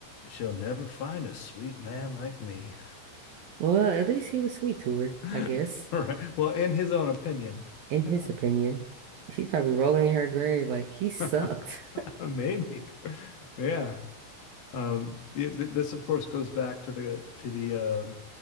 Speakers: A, on the left (about 55°); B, on the right (about 65°).
A: She'll never find a sweet man like me.
B: Well, at least he was sweet to her,
A: <laughs>
B: I guess.
A: All right. Well, in his own opinion,
B: <laughs> In
A: you
B: his opinion, she's probably rolling in her grave like he sucked.
A: know, <laughs> maybe. Yeah. Um, yeah, this, of course, goes back to the to the um